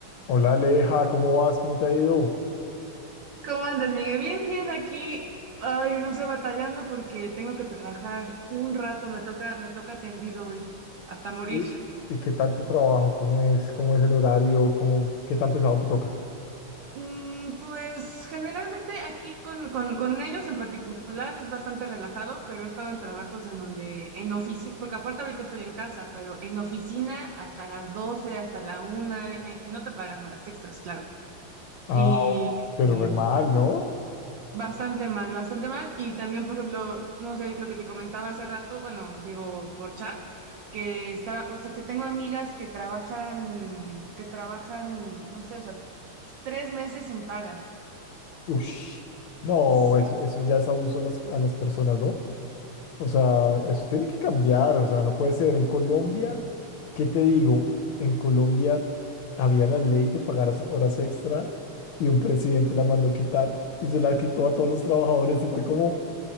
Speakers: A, on the left (about 80°); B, on the right (about 65°).
A: Hola Aleja, ¿cómo vas? ¿Cómo te ha ido?
B: ¿Cómo andas, Miguel? Bien, bien, aquí. Ay, no sé, batallando porque tengo que trabajar un rato, me toca, me toca tendido hoy, hasta
A: Sí.
B: morir.
A: ¿Y qué tal tu trabajo? ¿Cómo es? ¿Cómo es el horario? ¿Cómo... ¿Qué tan pesado te toca?
B: Mm, pues generalmente aquí con, con, con ellos en particular es bastante relajado, pero he estado en trabajos en donde, en oficina, porque aparte ahorita estoy en casa, pero en oficina hasta las 12, hasta la una y no te pagan horas extras, claro.
A: Ah,
B: Y,
A: pero
B: y
A: re mal, ¿no?
B: Bastante mal, bastante mal. Y también, por ejemplo, no sé, lo que te comentaba hace rato, bueno, digo por chat, que está, o sea, que tengo amigas que trabajan, que trabajan, no sé, o sea, tres meses sin paga.
A: Ush, no,
B: Sí.
A: eso, eso ya es abuso a las, a las personas, ¿no? O sea, eso tiene que cambiar, o sea, no puede ser. En Colombia, ¿qué te digo? En Colombia había la ley de pagar as- horas extra y un presidente la mandó quitar y se la quitó a todos los trabajadores y fue como,